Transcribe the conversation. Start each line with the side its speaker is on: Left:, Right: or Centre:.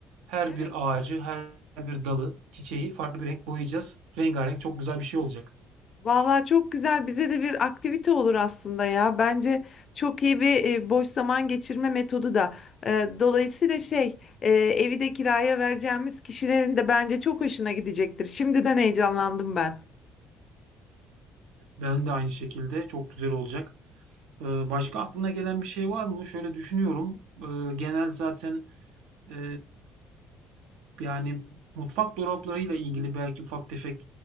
Right: Her
Left: Evet.
Right: bir ağacı, her bir dalı, çiçeği farklı bir renk boyayacağız. Rengarenk çok güzel bir şey olacak.
Left: Vallahi çok güzel. Bize de bir aktivite olur aslında ya. Bence çok iyi bir e, boş zaman geçirme metodu da. E, dolayısıyla şey, e, evi de kiraya vereceğimiz kişilerin de bence çok hoşuna gidecektir. Şimdiden heyecanlandım ben.
Right: Ben de aynı şekilde çok güzel olacak. Ee, başka aklına gelen bir şey var mı? Şöyle düşünüyorum. Ee, genel zaten ee, yani mutfak dolaplarıyla ilgili belki ufak tefek